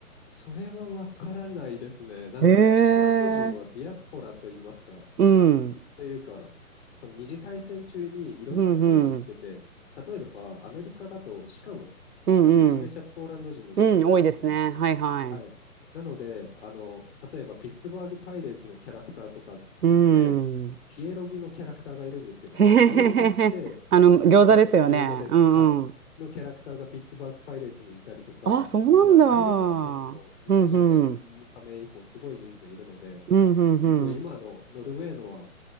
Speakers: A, on the left (about 45°); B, on the right (about 90°).
A: それはわからないですね。なんか、
B: へえ。
A: ポーランド人はディアスポラといいますか、
B: うん、
A: その移民というか、
B: うん、
A: その二次大戦中にいろんなところに行ってて、
B: うん、うん、
A: 例えばアメリカだとシカゴがめちゃめちゃポーランド人の人口多くて、
B: うん、うん多いですね。はい、はい。
A: はい。なので、あの、例えばピッツバーグ・パイレーツのキャラクターとかで、
B: うん。
A: ピエロギのキャラクターがいるんですけど、
B: <laughs> へへへへへ。
A: そのピエロギって、
B: あの、
A: そのポーランドの餃子です。
B: 餃子ですよね。うん、
A: はい。
B: うん。
A: のキャラクターがピッツバーグ・パイレーツにいたりとか、
B: あ、そうなん
A: あとはアイルランドにも2004年の
B: だ。うん、うん、
A: EU 加盟以降、すごい人数いるので、
B: うん、うん、うん。
A: ちょっと今のノルウェーのは